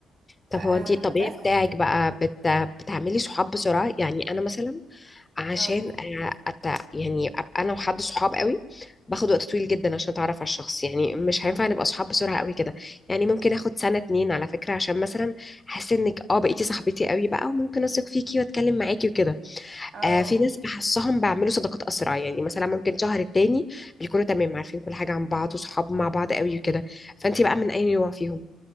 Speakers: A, on the left (about 20°); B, on the right (about 55°).
A: طب
B: آه
A: هو انتي الطبيعي
B: بس
A: بتاعك بقى بت... بتعملي صحاب بسرعة يعني انا مثلا عشان
B: اه
A: أ- أت... يعني ابقى انا وحد صحاب قوي باخد وقت طويل جدا عشان اتعرف على الشخص يعني مش هينفع نبقى صحاب بسرعة قوي كده يعني ممكن اخد سنة اتنين على فكرة عشان مثلا احس انك اه بقيتي صاحبتي قوي بقى وممكن اثق فيكي واتكلم معاكي وكده
B: اه
A: آه في ناس بحسهم بعملوا صداقات اسرع يعني مثلا ممكن شهر التاني بيكونوا تمام عارفين كل حاجة عن بعض وصحاب مع بعض قوي وكده فانتي بقى من اي نوع فيهم